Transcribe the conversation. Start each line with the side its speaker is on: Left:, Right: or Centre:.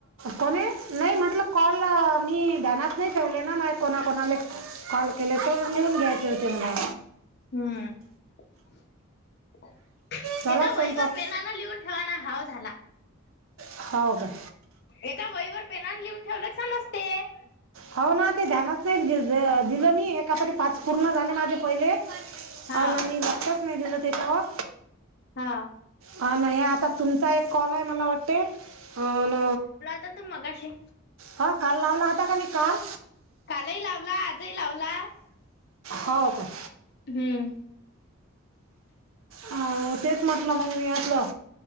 Right: कोणे नाही म्हटलं, कॉल मी ध्यनात नाही ठेवलेला ना माय कोणा कोणाले कॉल केले ते लिहून घ्यायचे होते मला.
Left: हम्म
Right: झाला
Left: एका
Right: स्वयंपाक
Left: वहीवर पेनान लिहून ठेवा ना, हाव झाला.
Right: हाव काय?
Left: एका वहीवर पेनान लिहून ठेवलं समजते. <inaudible>
Right: हाव ना ते ध्यानात नाही दि दिलं मी एका तरी पाच पूर्ण झाले माझे पहिले
Left: हा
Right: आणि मी लक्षचं नाही दिलं त्यांच्यावर
Left: हा.
Right: हा ना ही आता तुमचा एक कॉल आहे मला वाटते अ न
Left: तर तु मगाशी
Right: हो काल लावला होता ना मी कॉल.
Left: कालही लावला आजही लावला.
Right: हो काय?
Left: हम्म.
Right: हा तेच म्हटलं मग मी यातलं